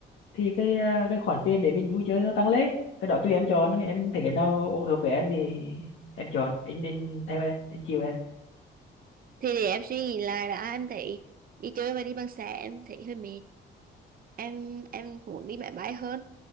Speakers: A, on the left; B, on the right.
A: thì cái à, cái khoản tiền để mình vui chơi nó tăng lên cái đó tùy em chọn em thấy cái nào hợp với em thì em chọn anh anh theo em anh chiều em
B: Thì để em suy nghĩ lại đã em thấy đi chơi và đi bằng xe em thấy hơi mệt. em em muốn đi máy bay hơn